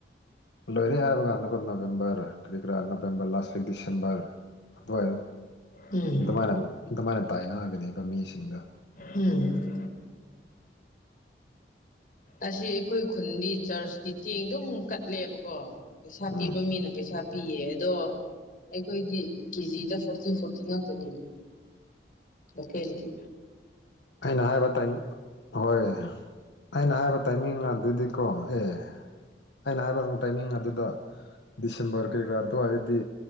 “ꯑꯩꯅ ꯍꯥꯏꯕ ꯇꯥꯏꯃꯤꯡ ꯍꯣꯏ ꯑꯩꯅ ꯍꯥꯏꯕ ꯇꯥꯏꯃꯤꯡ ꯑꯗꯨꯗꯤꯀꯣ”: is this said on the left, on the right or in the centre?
Left